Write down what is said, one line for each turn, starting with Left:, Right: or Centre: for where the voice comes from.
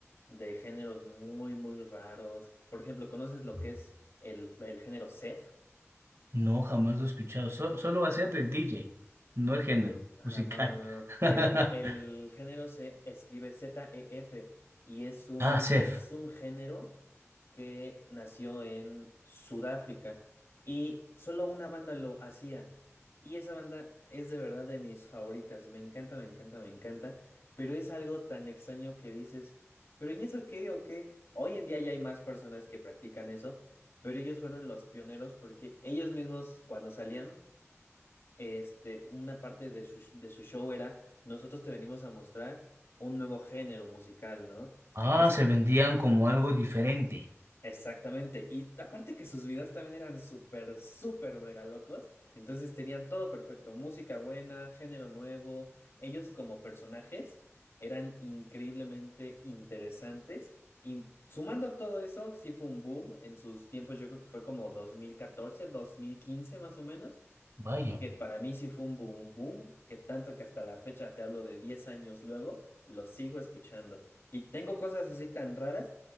Left: de géneros muy, muy raros. Por ejemplo, ¿conoces lo que es el, el género Seth?
Right: No, jamás lo he escuchado. So- solo va a ser del DJ, no el género
Left: Ajá,
Right: musical.
Left: no, no, no, no.
Right: <laughs>
Left: El, el género se escribe Z-E-F y es un,
Right: Ah, Sef.
Left: es un género que nació en Sudáfrica y solo una banda lo hacía. Y esa banda es de verdad de mis favoritas. Me encanta, me encanta, me encanta. Pero es algo tan extraño que dices, ¿pero y eso qué o qué? Hoy en día ya hay más personas que practican eso, pero ellos fueron los pioneros porque ellos mismos cuando salían este, una parte de su, de su show era, nosotros te venimos a mostrar un nuevo género musical, ¿no?
Right: Ah,
Left: Entonces,
Right: se vendían como algo diferente.
Left: exactamente. Y aparte que sus videos también eran súper, súper mega locos. Entonces tenían todo perfecto, música buena, género nuevo. Ellos como personajes eran increíblemente interesantes. Y sumando todo eso, sí fue un boom en sus tiempos, yo creo que fue como 2014, 2015 más o menos
Right: Vaya,
Left: que para mí sí fue un boom boom, que tanto que hasta la fecha, te hablo de 10 años luego, lo sigo escuchando. Y tengo cosas así tan raras